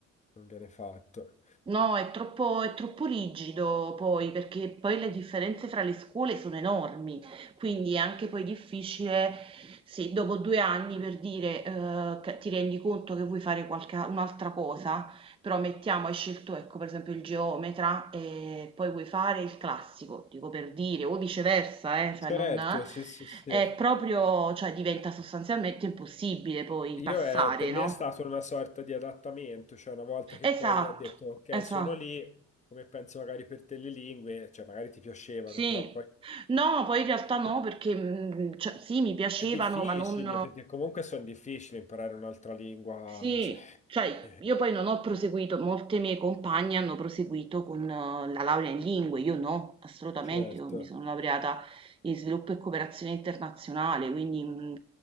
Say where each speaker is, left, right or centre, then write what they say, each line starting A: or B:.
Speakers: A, on the left (about 25°); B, on the right (about 20°).
A: Non viene fatto.
B: No, è troppo, è troppo rigido poi, perché poi le differenze fra le scuole sono enormi, quindi è anche poi difficile se dopo due anni per dire eh, che ti rendi conto che vuoi fare qualche, un'altra cosa, però mettiamo, hai scelto ecco per esempio il geometra e poi vuoi fare il classico, dico per dire, o viceversa, eh, cioè
A: Certo,
B: non,
A: sì, sì, sì.
B: è proprio, cioè diventa sostanzialmente impossibile poi
A: Io
B: passare,
A: è- per
B: no?
A: me è stato una sorta di adattamento, cioè una volta che
B: Esatto,
A: poi ho detto ok,
B: esatto.
A: sono lì, come penso magari per te le lingue, cioè magari ti piacevano,
B: Sì.
A: però poi
B: No, poi in realtà no, perché, mhmm, cioè sì, mi piacevano,
A: è difficile,
B: ma non
A: perché comunque sono difficili imparare un'altra lingua,
B: sì,
A: cioè,
B: cioè
A: <laughs> eh,
B: io poi non ho proseguito, molte mie compagne hanno proseguito con eh, la laurea in lingue, io no, assolutamente,
A: certo.
B: io mi sono laureata in sviluppo e cooperazione internazionale, quindi, mhmm,